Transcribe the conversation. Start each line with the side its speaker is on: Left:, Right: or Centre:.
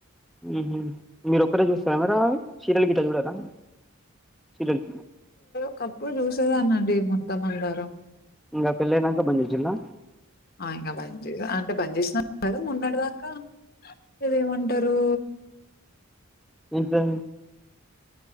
Centre: ఊహు మీరు ఒక్కరే చూస్తారా సీరియల్ గిట్లా చూడరా సీరియల్
Left: ఒకప్పుడు చూసేదాన్ని అండి ముద్దమందారం
Centre: ఇంకా పిల్లైనాక బందించిండా
Left: ఆ ఇంకా మంచిగా అంటే బంద్ చేసినా అని కాదు మొన్నటి దాకా ఇదేమంటారు
Centre: ఇంట్లో